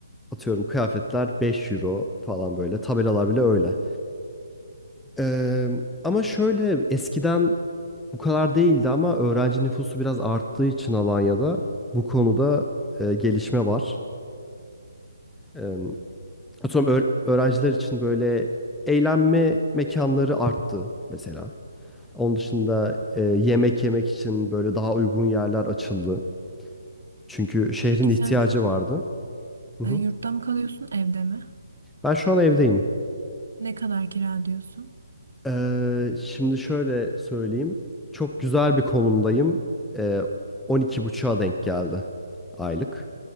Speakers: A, in the centre; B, on the right (about 55°).
A: atıyorum kıyafetler 5 euro falan böyle tabelalar bile öyle. E, ama şöyle eskiden bu kadar değildi ama öğrenci nüfusu biraz arttığı için Alanya'da bu konuda e, gelişme var. Eee, atıyorum öğ- öğrenciler için böyle eğlenme mekanları arttı mesela. Onun dışında eee, yemek yemek için böyle daha uygun yerler açıldı. Çünkü şehrin
B: Peki
A: ihtiyacı
B: sen sen
A: vardı. Hı
B: E,
A: hı.
B: yurtta mı kalıyorsun, evde mi?
A: Ben şu an evdeyim.
B: Ne kadar kira diyorsun?
A: Eee, şimdi şöyle söyleyeyim. Çok güzel bir konumdayım. Eee 12.5'a denk geldi aylık.